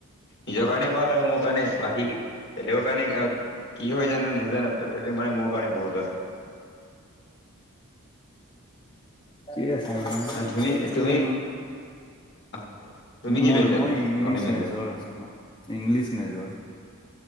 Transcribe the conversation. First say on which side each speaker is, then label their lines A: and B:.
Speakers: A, on the left; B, on the left.
A: নিজৰ কাৰণে ভাল আৰু মোৰ কাৰণে বাকী তেলেগৰ কাৰণে কি হয় জানো নেজানো তথাপি মানে মোৰ কাৰণে বহুত ভাল <inaudible>
B: কি আছে মানে
A: তুমি
B: পলিটিকেল
A: তুমি <unintelligible> তুমি কি
B: মই
A: লৈছা
B: মই ইংলিছ
A: মানে মেজৰ ন
B: আছে মোৰ। ইংলিছ মেজৰ,